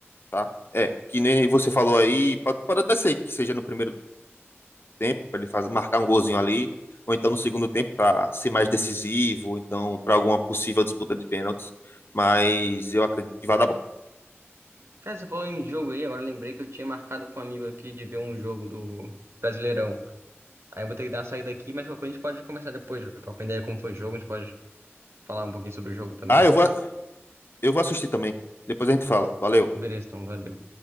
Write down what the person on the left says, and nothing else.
tá? É, que nem você falou aí, pode, pode até ser que seja no primeiro tempo, para ele fazer, marcar um golzinho ali, ou então no segundo tempo para ser mais decisivo, ou então para alguma possível disputa de pênaltis. Mas eu acredito que vai dar bom.
Ah, eu vou, eu vou assistir também. Depois a gente fala. Valeu.